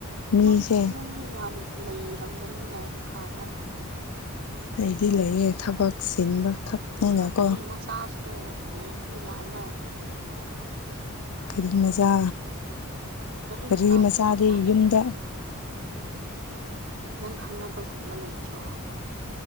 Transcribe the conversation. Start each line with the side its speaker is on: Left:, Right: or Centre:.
Left: ꯃꯤꯁꯦ
Right: ꯅꯣꯏꯒꯤ ꯏꯃꯨꯡꯗꯤ ꯌꯥꯝ ꯂꯩꯔꯝꯒꯅꯤꯅ ꯏꯝꯐꯥꯜꯗ
Left: ꯂꯩꯗꯤ ꯂꯩꯌꯦ ꯊꯕꯛ ꯆꯤꯟꯕ ꯈꯛꯅꯤꯅꯀꯣ
Right: ꯑꯗꯨꯒ ꯒꯥꯔꯤ ꯃꯆꯥꯁꯨ ꯂꯩꯔꯗꯤ ꯍꯥꯏꯅ
Left: ꯀꯔꯤ ꯃꯆꯥ
Right: ꯒꯥꯔꯤ
Left: ꯀꯔꯤ ꯃꯆꯥꯗꯤ
Right: ꯌꯥꯝ ꯂꯥꯛꯑꯦ
Left: ꯌꯨꯝꯗ
Right: ꯅꯪ ꯈꯪꯅꯕꯒꯨꯝꯕ ꯂꯩꯇ꯭ꯔꯣ